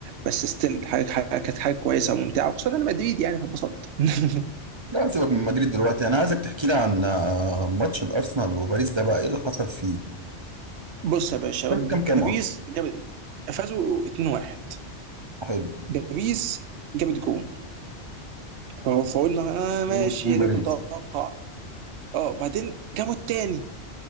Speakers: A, on the right; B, on the right.
A: بس ستيل حاجة حاجة- كانت حاجة كويسة وممتعة وخصوصا انا مدريد يعني فانبسطت <laughs>
B: لا سيبك من مدريد دلوقتي انا عايزك تحكي لي عن آه، ماتش الارسنال وباريس ده بقى ايه اللي حصل فيه؟
A: بص يا باشا
B: كان كام كام
A: باريس
B: اصلا؟
A: جابت فازوا 2-1
B: حلو
A: باريس جابت جون ف- فقلنا اه ماشي
B: هو كان باريس
A: ده متوقع اه بعدين جابوا التاني